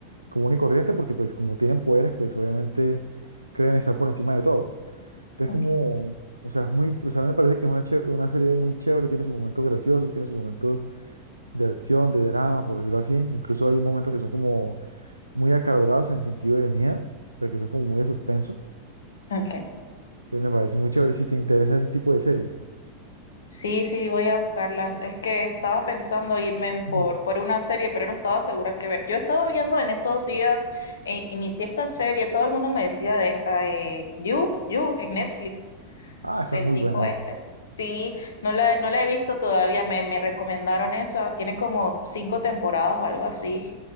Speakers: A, on the right; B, on the left.
A: común y corriente, porque pues como tienen poderes, pues obviamente creen estar por encima de todo. Entonces
B: Ok.
A: como, o sea, es muy, o sea, a mí me parece que es una, che- una serie muy chévere, tiene sus momentos graciosos, tiene sus momentos de acción, de drama, por decirlo así. Incluso hay momentos que son como muy acalorados en el sentido de miedo, o sea, que son como muy de suspenso.
B: ok.
A: Entonces me parece muy chévere si te interesa ese tipo de series.
B: Sí, sí, voy a buscarlas. Es que estaba pensando irme en por,
A: Mm.
B: por una serie, pero no estaba segura qué ver. Yo estaba viendo en estos días, eh, inicié esta serie, todo el mundo me decía de esta, eh, You, You, en Netflix,
A: Ah,
B: del
A: esa es muy
B: tipo
A: buena.
B: este. Sí, no la, no la he visto todavía, me, me recomendaron esa, tiene como cinco temporadas o algo así.